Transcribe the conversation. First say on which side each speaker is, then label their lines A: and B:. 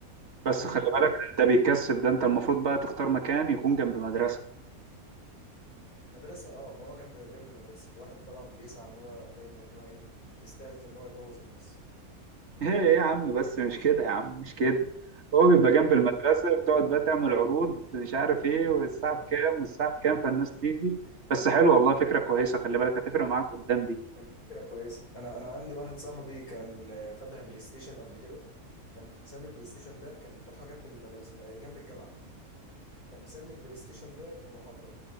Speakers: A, on the right; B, on the left.
A: بس
B: وديكور
A: خلي بالك ده بيكسب ده انت المفروض بقى تختار مكان يكون جنب مدرسة
B: مدرسة اه ما هو كان جنب مدرسة الواحد طبعا بيسعى ان هو دايما ان هو ايه يستهدف ان هو يبوظ الناس
A: <laughs> ايه يا عم بس مش كده يا عم مش كده هو بيبقى جنب
B: بهزر
A: المدرسة
B: معاك
A: وتقعد بقى تعمل عروض مش عارف ايه والساعة
B: آه.
A: بكام والساعة بكام فالناس تيجي بس حلو والله فكرة كويسة خلي بالك هتفرق معاك قدام دي
B: الفكرة كويس انا انا عندي واحد صاحبي كان آه، فتح بلاي ستيشن قبل كده كان مسمي البلاي ستيشن ده كان فاتحه جنب المدرسة آه، جنب الجامعة كان مسمي البلاي ستيشن ده المحاضرة